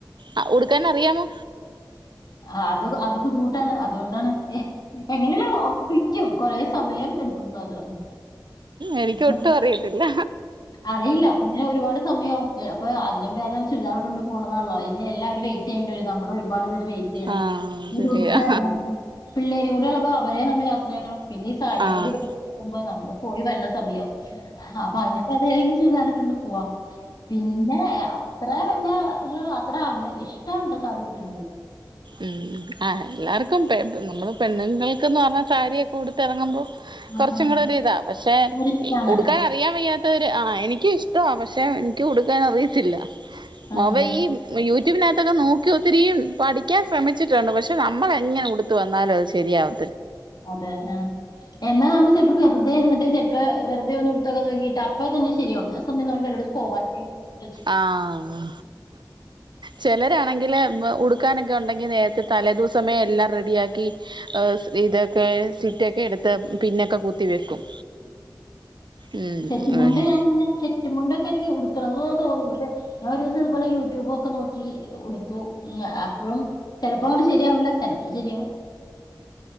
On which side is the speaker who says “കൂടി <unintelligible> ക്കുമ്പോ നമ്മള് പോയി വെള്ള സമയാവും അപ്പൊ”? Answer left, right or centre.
Left